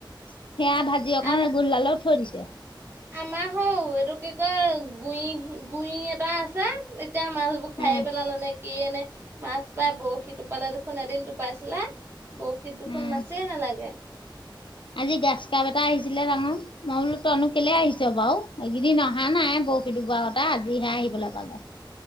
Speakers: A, on the left (about 80°); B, on the right (about 30°).
A: সেয়া
B: উম
A: ভাজি অকণ
B: আম
A: গোললালো থৈ দিছে।
B: আমাৰ হৌ এইটো কি কয় গুই গুই এটা আছে। এতিয়া মাছবোৰ খায়ে
A: উম
B: পেলালে নে কিয়ে নে মাছ পাই বৰশী টোপালে দেখোন এদিন টোপাইছিলে বৰশ- সি দোখোন
A: উম
B: মাছে নালাগে।
A: আজি গাছকাব এটা আহিছিলে ডাঙ মই বোলো তই কেলে আহিছ বাও এইকেইদিন অহা
B: উম
A: নাই ব- শী দুবাওতে আজিহে আহিবলে পালে।